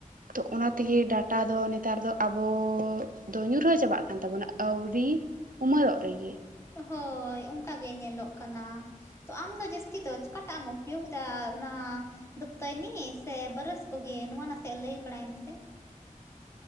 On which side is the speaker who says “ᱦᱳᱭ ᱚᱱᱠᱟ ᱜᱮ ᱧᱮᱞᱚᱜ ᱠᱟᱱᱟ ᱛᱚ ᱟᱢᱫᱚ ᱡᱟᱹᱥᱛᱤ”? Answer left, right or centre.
Left